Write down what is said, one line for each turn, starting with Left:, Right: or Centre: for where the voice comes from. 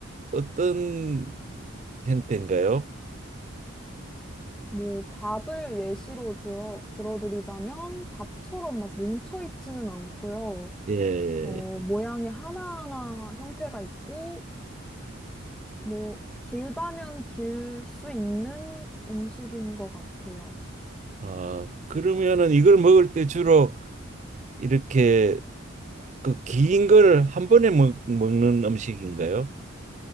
Right: 어떤 형태인가요?
Centre: 뭐, 밥을 예시로 들어, 들어드리자면, 밥처럼 막 뭉쳐있지는 않고요.
Right: 예.
Centre: 어,
Right: 예.
Centre: 모양이 하나하나 형태가 있고, 뭐, 길다면 길 수 있는 음식인 것 같아요.
Right: 아, 그러면은 이걸 먹을 때 주로 이렇게 그 긴 거를 한 번에 먹, 먹는 음식인가요?